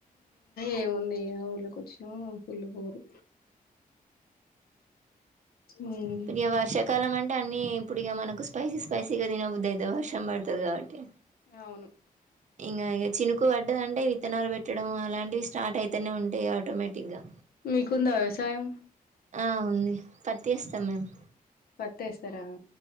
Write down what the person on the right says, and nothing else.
పోనీ వర్షాకాలం ఆ ఇ అన్నీ ఇప్పుడు ఇక మనకు స్పైసీ స్పైసీ గా తినబద్దు అయితది వర్షం పడుతుది కాబట్టి
ఇగా ఇక చి ఎక్కువ పడ్డదంటే విత్తనాలు పెట్టడం అలాంటివి స్టార్ట్ అయితేనే ఉంటాయి ఆటోమేటిక్ గా
ఆ ఉంది పతేస్తాం మేము